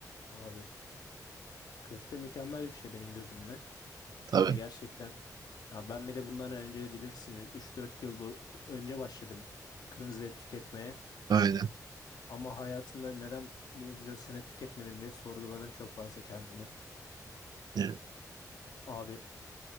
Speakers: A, on the left (about 75°); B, on the right (about 75°).
A: Abi köfte mükemmel bir şey benim gözümde.
B: Tabii.
A: Yani gerçekten Ya ben bir de bundan önce bilirsin üç dört yıl bu önce başladım kırmızı et tüketmeye.
B: Aynen.
A: Ama hayatımda neden bunca sene tüketmedim diye sorguladım çok fazla kendimi.
B: Yani
A: Abi